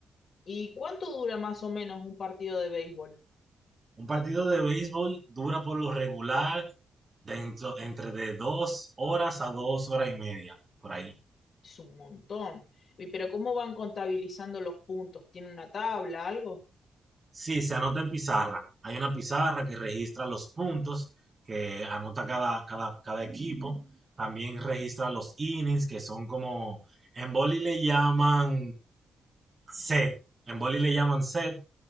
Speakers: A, on the left (about 45°); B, on the right (about 25°).
A: ¿Y cuánto dura más o menos un partido de béisbol?
B: Un partido de béisbol dura por lo regular dentro, entre de dos horas a dos horas y media, por ahí.
A: Es un montón. Y- Pero ¿cómo van contabilizando los puntos? ¿Tiene una tabla, algo?
B: Sí, se anota en pizarra. Hay una pizarra que registra los puntos que anota cada, cada, cada equipo. También registra los innings, que son como, en boli le llaman set, en boli le llaman set